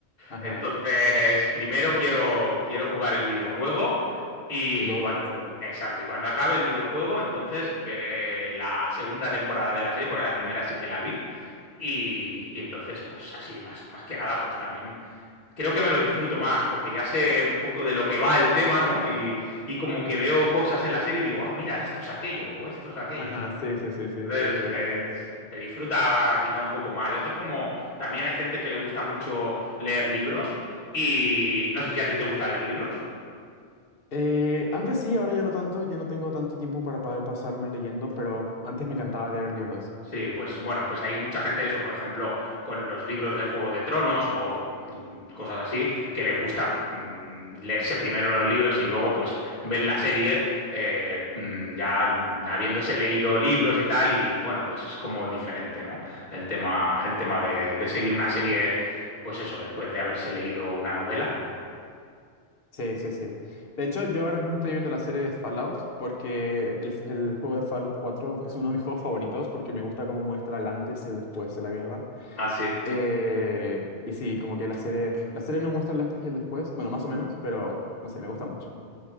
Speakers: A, on the left; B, on the left.
A: ajá.
B: Entonces, primero quiero, quiero jugar el videojuego y
A: Y luego
B: cuando,
A: ver la serie.
B: exacto, y cuando acabe el videojuego, entonces veré la segunda temporada de la serie, porque la primera sí que la vi. Y, y entonces, pues así, más, más que nada, pues también creo que me lo disfruto más, porque ya sé un poco de lo que va el tema, ¿no? Y, y como que veo cosas en la serie y digo, ah, mira, esto es aquello, o esto es aquello,
A: Ajá,
B: ¿sabes?
A: sí, sí, sí, sí,
B: Entonces,
A: sí, totalmente.
B: eh, se disfruta quizá un poco más. Esto es como, también hay gente que le gusta mucho leer libros y no sé si a ti te gusta leer libros.
A: Eh, antes sí, ahora ya no tanto, ya no tengo tanto tiempo para poder pasarme leyendo, pero antes me encantaba leer libros.
B: Sí, pues bueno, pues hay mucha gente, eso, por ejemplo, con los libros de Juego de Tronos o mm, cosas así, que les gusta mm, leerse primero los libros y luego pues ven la serie eh, mm, ya mm, habiéndose leído libros y tal, y bueno, pues es como diferente, ¿no? El tema, el tema de, de seguir una serie, pues eso, después de haberse leído una novela.
A: Sí, sí, sí. De hecho, yo ahora mismo estoy viendo la serie de Fallout porque el, el juego de Fallout cuatro es uno de mis juegos favoritos porque me gusta cómo muestra el antes y el después de la guerra.
B: Ah, sí.
A: Eh, y sí, como que la serie, la serie no muestra el antes y el después, bueno, más o menos, pero no sé, me gusta mucho.